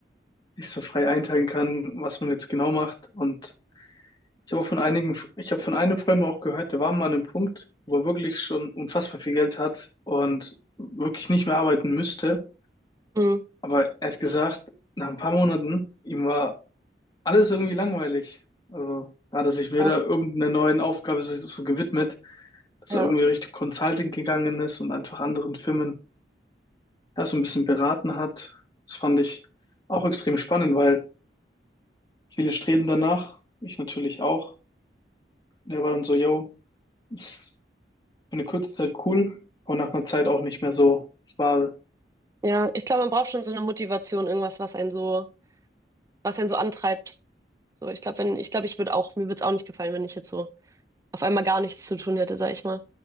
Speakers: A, on the left (about 25°); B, on the right (about 20°).
A: sich so frei einteilen kann, was man jetzt genau macht. Und ich habe auch von einigen, ich habe von einem Freund auch gehört, der war mal an einem Punkt, wo er wirklich schon unfassbar viel Geld hat und wirklich nicht mehr arbeiten müsste.
B: hm,
A: Aber er hat gesagt, nach ein paar Monaten, ihm war alles irgendwie langweilig. Also, da hat er sich wieder
B: was,
A: irgendeiner neuen Aufgabe sich so gewidmet, dass
B: ja,
A: er irgendwie Richtung Consulting gegangen ist und einfach anderen Firmen ja, so ein bisschen beraten hat. Das fand ich auch extrem spannend, weil viele streben danach, ich natürlich auch. Und er war dann so, yo, ist für eine kurze Zeit cool, aber nach einer Zeit auch nicht mehr so. Es war
B: ja. Ich glaube, man braucht schon so eine Motivation, irgendwas, was einen so, was einen so antreibt. So, ich glaube, wenn, ich glaube, ich würde auch, mir würde es auch nicht gefallen, wenn ich jetzt so auf einmal gar nichts zu tun hätte, sag ich mal.